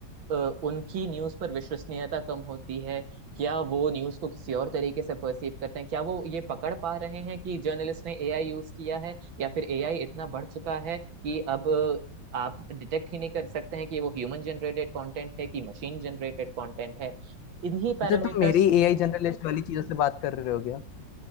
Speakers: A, on the right; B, on the left.
A: अ, उनकी न्यूज पर विश्वसनीयता कम होती है क्या वो न्यूज को किसी और तरीके से परसीव करते हैं क्या वो ये पकड़ पा रहे हैं कि जर्नलिस्ट ने एआई यूज किया है या फिर एआई इतना बढ़ चुका है कि अब आप डिटेक्ट ही नहीं कर सकते हैं कि वो ह्यूमन जनरेटेड कंटेंट है कि मशीन जनरेटेड कंटेंट है इन्हीं पैरामीटर्स
B: अच्छा तुम मेरी एआई जनरलिस्ट वाली चीजों से बात कर रहे हो क्या